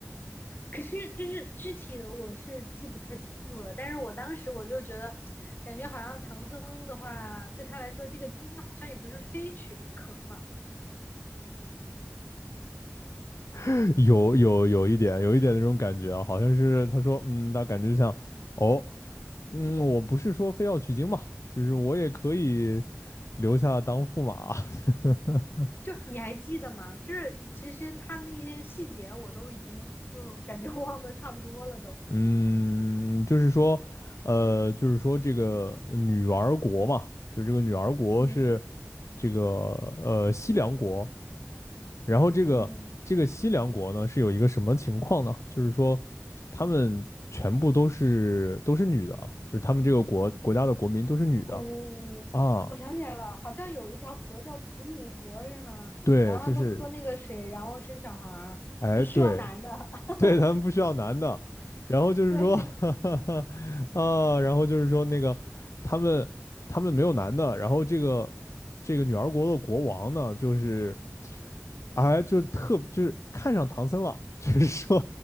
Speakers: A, on the left; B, on the left.
A: 可是就是具体的我是记不太清楚了，但是我当时我就觉得，感觉好像唐僧的话，对他来说这个经好像也不是非取不可嘛。
B: <laughs> 有有有一点有一点那种感觉啊，好像是他说，嗯，那感觉就像，哦，嗯，我不是说非要取经嘛，就是我也可以留下当驸马，<laughs>
A: 就你还记得吗？就是其实他那些细节我都已经就是感觉忘的差不多了都。
B: 嗯，就是说，呃，就是说这个女儿国嘛，就这个女儿国是。
A: 嗯
B: 这个呃西凉国，然后这个这个西凉国呢是有一个什么情况呢？
A: 嗯
B: 就是说他们全部都是都是女的啊，就是他们这个国国家的国民都是女的
A: 哦，
B: 啊，
A: 我想起来了，好像有一条河叫子母河是吗？
B: 对，
A: 然后他们喝那个水，
B: 就是
A: 然后生小孩儿，
B: 哎对
A: 不需要男的。<laughs>
B: 对，他们不需要男的，然后就是说
A: 对，
B: <laughs> 啊，然后就是说那个他们他们没有男的，然后这个这个女儿国的国王呢就是。哎，就特就是看上唐僧了，就是说，